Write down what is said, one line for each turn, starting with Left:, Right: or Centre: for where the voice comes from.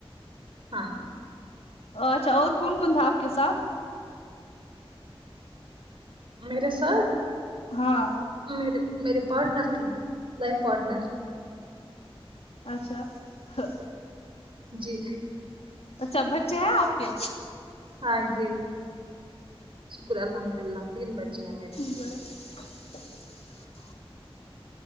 Right: ہاں
Left: اچھا اور کون کون تھا آپ کے ساتھ
Right: میرے ساتھ
Left: ہاں
Right: میرے میرے پارٹنر تھی لائف پارٹنر
Left: اچھا ہا
Right: جی
Left: اچھا بچے ہیں آپ کے
Right: ہاں جی شکر الحمد اللہ تین بچے ہیں میرے
Left: <inaudible>